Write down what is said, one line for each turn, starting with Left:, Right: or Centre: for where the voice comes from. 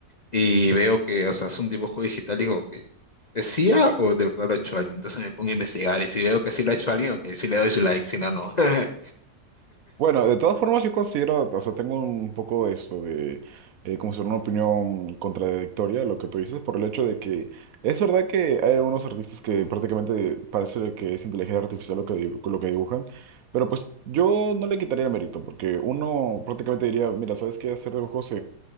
Left: y veo que, o sea, es un dibujo digital, digo que ¿es IA o de verdad lo ha hecho alguien? Entonces me pongo a investigar y si veo que sí lo ha hecho alguien, ok, sí le doy su like, si no, no. <laughs>
Right: Bueno, de todas formas yo considero, o sea, tengo un poco de esto de, eh, como ser una opinión contradictoria a lo que tú dices, por el hecho de que es verdad que hay algunos artistas que prácticamente parece que es inteligencia artificial lo que, dibu- lo que dibujan, pero pues yo no le quitaría el mérito, porque uno prácticamente diría, mira, ¿sabes qué? Hacer dibujos